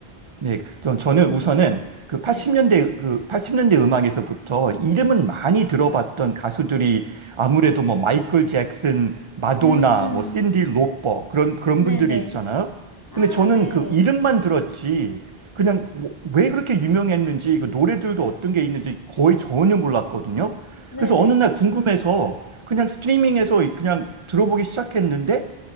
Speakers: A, on the right; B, on the left.
A: 네, 전- 저는 우선은 그
B: 네.
A: 80년대, 그 80년대 음악에서부터 이름은 많이 들어봤던 가수들이 아무래도 뭐 마이클 잭슨, 마도나,
B: 음,
A: 뭐 신디 로퍼 그런, 그런
B: 네네.
A: 분들이 있잖아요.
B: 아,
A: 근데 저는
B: 네.
A: 그 이름만 들었지 그냥 뭐왜 그렇게 유명했는지 그 노래들도 어떤 게 있는지 거의 전혀 몰랐거든요.
B: 네네.
A: 그래서 어느 날 궁금해서 그냥 스트리밍에서 그냥 들어보기 시작했는데